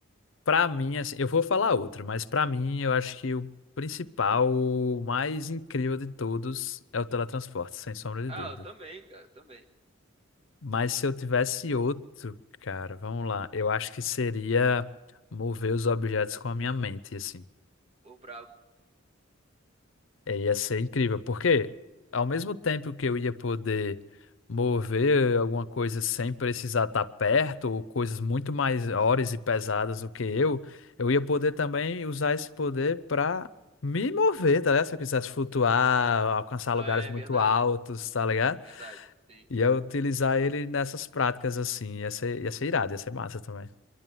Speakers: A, on the left; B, on the right.
A: pra mim, assim, eu vou falar outro, mas pra mim, eu acho que o principal, o mais incrível de todos é o teletransporte, sem sombra de
B: Ah,
A: dúvida.
B: eu também, cara, também.
A: Mas se eu tivesse outro, cara, vamos lá. Eu acho que seria mover os objetos com a minha mente, assim.
B: Pô, brabo.
A: É, ia ser incrível, porque ao mesmo tempo que eu ia poder mover alguma coisa sem precisar estar perto, ou coisas muito maiores e pesadas do que eu, eu ia poder também usar esse poder para me mover, tá ligado? Se eu quisesse flutuar, alcançar lugares
B: Não é
A: muito
B: verdade,
A: altos, tá ligado?
B: verdade. Sim.
A: Ia utilizar ele nessas práticas assim, ia ser, ia ser irado, ia ser massa também.